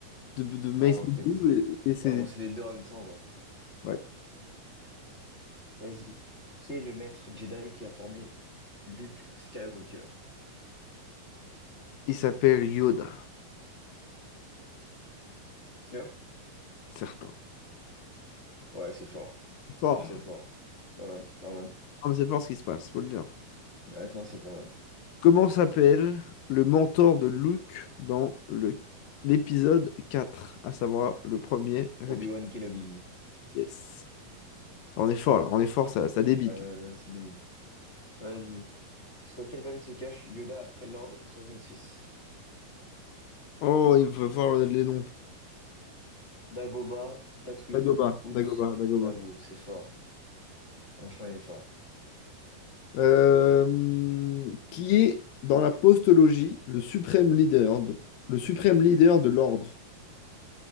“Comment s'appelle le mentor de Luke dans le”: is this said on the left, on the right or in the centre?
Left